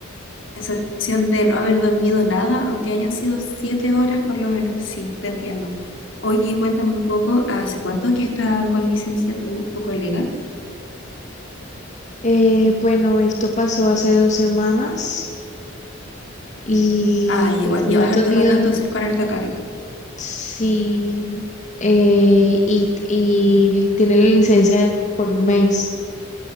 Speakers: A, on the left (about 70°); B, on the left (about 35°).
A: sensación de no haber dormido nada, aunque hayan sido siete horas por lo menos, sí, te entiendo. Oye, cuéntame un poco, ¿hace cuánto que está con licencia tu, tu colega?
B: Eh, bueno, esto pasó hace dos semanas y
A: Ah, igual,
B: pues
A: llevas
B: no he tenido,
A: harto rato
B: n-
A: entonces con harta carga.
B: sí, eh, y, y tiene la licencia por un mes.